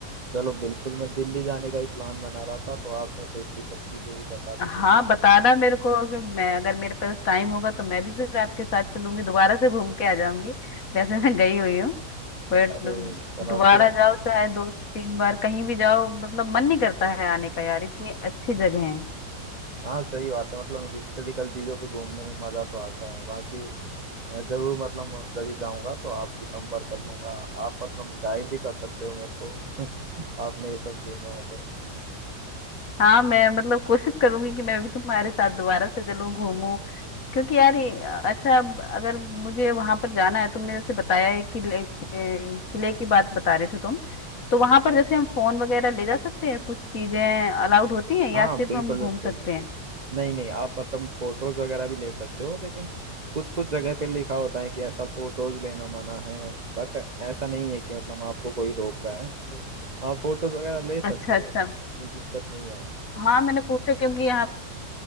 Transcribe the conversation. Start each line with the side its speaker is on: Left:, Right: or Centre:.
Right: चलो बिल्कुल मैं दिल्ली जाने का ही प्लान बना रहा था तो आपने तो इतनी सब चीजें भी बता दी थी
Left: हाँ बताना मेरे को कि मैं अगर मेरे पास टाइम होगा तो मैं भी फिर आपके साथ चलूंगी दोबारा से घूम के आ जाऊंगी वैसे मैं गई हुई हूँ बट
Right: अरे चलो
Left: दोबारा
Right: अच्छी बात
Left: जाओ चाहे दो तीन बार कहीं भी जाओ मतलब मन नहीं करता है आने का यार इतनी अच्छी जगह है
Right: हाँ सही बात है मतलब हिस्टोरिकल चीजों पे घूमने में मजा तो आता है बाकी मैं जरूर मतलब जब भी जाऊंगा तो आपसे संपर्क कर लूंगा आप मतलब गाइड भी कर सकते हो मेरे को <laughs> आपने ये सब घूमा है तो
Left: <laughs> हाँ मैं मतलब कोशिश करूंगी कि मैं भी तुम्हारे साथ दोबारा से चलूं घूमूं क्योंकि यार ये- अच्छा अब अगर मुझे वहां पर जाना है तुमने जैसे बताया है किले किले की बात बता रहे थे तुम तो वहां पर
Right: हाँ।
Left: जैसे हम फोन वगैरह ले जा सकते हैं कुछ चीजें अलाउड होती हैं या
Right: हाँ
Left: सिर्फ
Right: बिल्कुल
Left: हम घूम
Right: बिल्कुल
Left: सकते हैं
Right: नहीं नहीं आप मतलब फोटोज वगैरह भी ले सकते हो लेकिन कुछ कुछ जगह पे लिखा होता है कि ऐसा फोटोज लेना मना है बट ऐसा नहीं है कि मतलब आपको कोई रोक रहा है तो आप फोटोज वगैरह ले सकते
Left: अच्छा
Right: हो
Left: अच्छा
Right: कोई दिक्कत नहीं है वहाँ।
Left: हाँ मैंने पूछा क्योंकि यहाँ